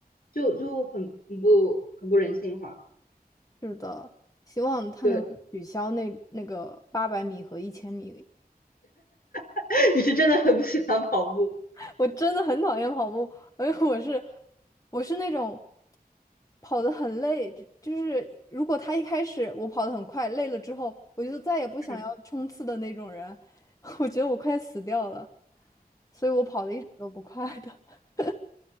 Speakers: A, on the left; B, on the left.
A: 就就很很不很不人性化。
B: 是的，希望他能够取消那那个八百米和一千米。
A: 对，<laughs> 你是真的很不喜欢跑步，
B: <laughs> 我真的很讨厌跑步，而且我是我是那种。跑得很累，就就是如果他一开始我跑得很快，累了之后，我就再也不想要冲刺的那种人，
A: 嗯，
B: <laughs> 我觉得我快死掉了，所以我跑得一直都不快的。<laughs>